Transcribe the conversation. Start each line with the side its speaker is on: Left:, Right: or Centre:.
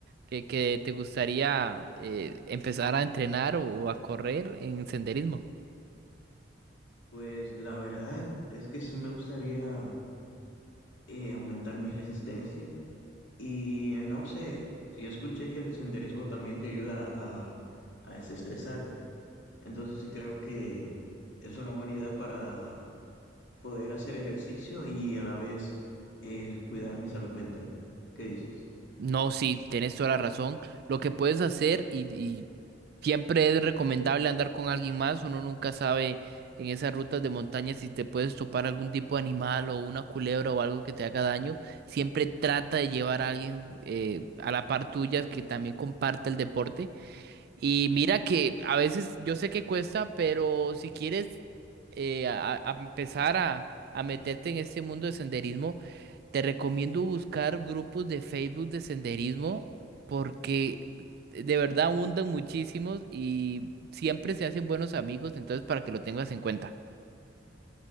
Right: que, que te gustaría eh, empezar a entrenar o a correr en senderismo.
Left: pues la verdad es que sí me gustaría eh, aumentar mi resistencia y eh, no sé, sí escuché que el senderismo también te ayuda a, a desestresarte. Entonces sí creo que es una buena idea para poder hacer ejercicio y a la vez eh, cuidar mi salud mental. ¿Qué dices?
Right: No, sí, tienes toda la razón. Lo que puedes hacer y, y siempre es recomendable andar con alguien más. Uno nunca sabe en esas rutas de montaña si te puedes topar algún tipo de animal o una culebra o algo que te haga daño. Siempre trata de llevar a alguien eh, a la par tuya que también comparte el deporte Y mira que a veces yo sé que cuesta, pero si quieres eh, a, a empezar a, a meterte en este mundo de senderismo, te recomiendo buscar grupos de Facebook de senderismo porque de verdad abundan muchísimos y siempre se hacen buenos amigos, entonces para que lo tengas en cuenta.